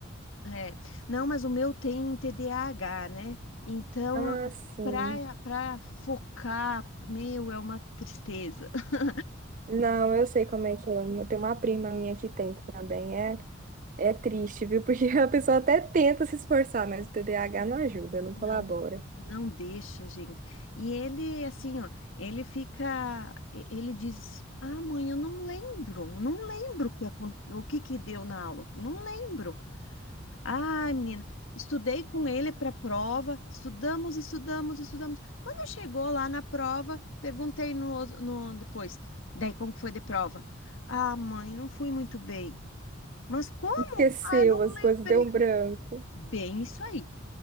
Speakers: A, on the left; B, on the right.
A: É. É. Não, mas o meu tem TDAH, né? Então,
B: Ah, sim.
A: para para focar, meu, é uma tristeza. <laughs>
B: Não, eu sei como é que é. Tem uma prima minha que tem também. É, é triste, viu? <laughs> Porque a pessoa até tenta se esforçar, mas o TDAH não ajuda, não colabora.
A: Não, não deixa, gente. E ele, assim, ó, ele fica, e- ele diz, ah, mãe, eu não lembro, não lembro o que, acon- o que que deu na aula, não lembro. Ai, menina, estudei com ele para a prova, estudamos, estudamos, estudamos. Quando chegou lá na prova, perguntei no, no depois, daí como que foi de prova? Ah, mãe, não fui muito bem. Mas como?
B: Esqueceu
A: Ah, não
B: as
A: lembrei.
B: coisas, deu um branco.
A: Bem isso aí.